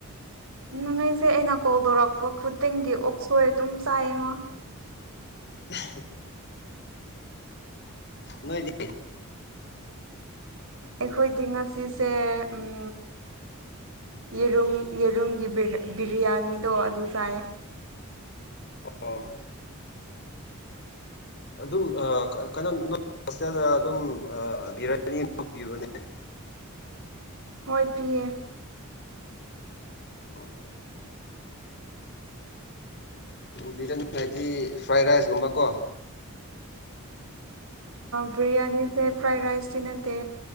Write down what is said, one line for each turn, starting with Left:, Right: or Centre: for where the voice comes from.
Right: ꯅꯪ ꯑꯩꯁꯦ ꯑꯩꯅ ꯀꯣꯜ ꯇꯧꯔꯛꯄ ꯈꯨꯗꯤꯡꯒꯤ ꯑꯣꯛꯁꯣꯏ ꯑꯗꯨꯝ ꯆꯥꯏꯌꯦꯡꯉꯣ
Left: <unintelligible> ꯅꯣꯏꯗꯤ
Right: ꯑꯩꯈꯣꯏꯗꯤ ꯉꯁꯤꯁꯦ ꯎꯝ ꯌꯦꯔꯨꯝ ꯌꯦꯔꯨꯝꯒꯤ ꯕꯤꯔꯌꯥꯅꯤꯗꯣ ꯑꯗꯨ ꯆꯥꯏ
Left: ꯑꯣ ꯑꯗꯨꯝ ꯀꯩꯅꯣ ꯅꯣꯢ ꯍꯣꯁꯇꯦꯜꯗ ꯑꯗꯨꯝ ꯕꯤꯔꯌꯥꯅꯤ ꯒꯨꯝꯕ ꯄꯤꯕ꯭ꯔꯥꯅꯦ
Right: ꯍꯣꯏ ꯄꯤꯌꯦ
Left: ꯑꯣ ꯕꯤꯔꯌꯥꯅꯤ ꯍꯥꯏꯗꯤ ꯐ꯭ꯔꯥꯏ ꯔꯥꯏꯁꯒꯨꯝꯕ ꯀꯣ
Right: ꯕꯤꯔꯌꯥꯅꯤꯁꯦ ꯐ꯭ꯔꯥꯏ ꯔꯥꯏꯁꯇ ꯅꯠꯇꯦ